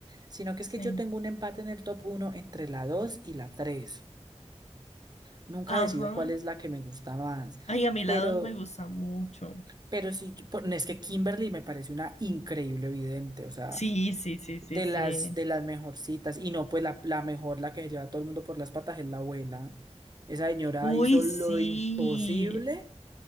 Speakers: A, on the right (about 35°); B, on the left (about 75°).
A: sino que es
B: Sí.
A: que yo tengo un empate en el top uno entre la 2 y la tres Nunca
B: Ajá.
A: decido cuál es la que me gusta más,
B: Ay, a mí la
A: pero,
B: dos me gusta mucho.
A: pero sí, yo- por- no, es que Kimberly me parece una increíble vidente, o sea,
B: Sí, sí, sí, sí,
A: de
B: sí.
A: las, de las mejorcitas. Y no, pues la, la mejor, la que se lleva a todo el mundo por las patas es la abuela. Esa señora
B: Uy,
A: hizo
B: sí.
A: lo imposible